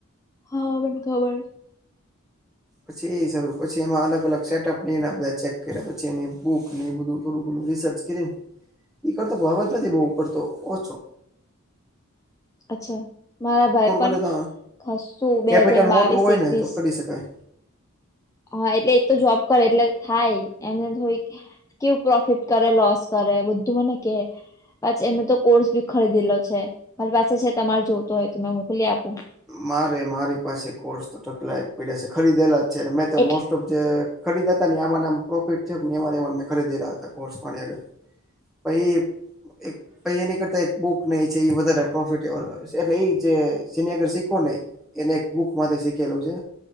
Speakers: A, on the left; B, in the centre.
A: હા, મને ખબર.
B: પછી એ હિસાબે, પછી એમાં અલગ અલગ સેટઅપ. એના બધા ચેક કરયા પછી એની બુક ને એ બધું થોડું થોડું રિસર્ચ કરીને ઈ કરતો ભાવ જ નથી બહ કરતો ઓછો.
A: અચ્છા મારા ભાઈ
B: થોડું
A: પણ
B: કદાચ
A: ખાસુ
B: કેપિટલ
A: બે હાજાર બાવીસ
B: મોટું હોય
A: એકવીસ.
B: ને તો કરી શકાય
A: હા, એટલે એ તો જોબ કર એટલે થાય એમને થોડીક કેવું પ્રોફિટ કરે, લોસ કરે બધું મને કે આજે એને તો કોર્સ ભી ખરીદેલો છે, મારી પાસે છે તમારે જોતો હોય તો, મે મોકલી આપું.
B: મારે મારી પાસે કોર્સ તો ઢગલાય પડ્યા છે, ખરીદેલા જ છે ને મેં તો
A: એટલે
B: મોસ્ટ ઓફ જે ખરીદ્યા ને આમાં આમા પ્રોફિટ થયો પણ એમાં ન એમાં મેં ખરીદેલા હતા જે કોર્સ પડ્યા હતા. <unintelligible> એક પછી એની કરતા એક બુક ને એ છે, એ વધારે પ્રોફિટેબલ હોય છે એટલે એ જે સેનેગર શીખો ને એને એક બુક માટે શીખેલું છે.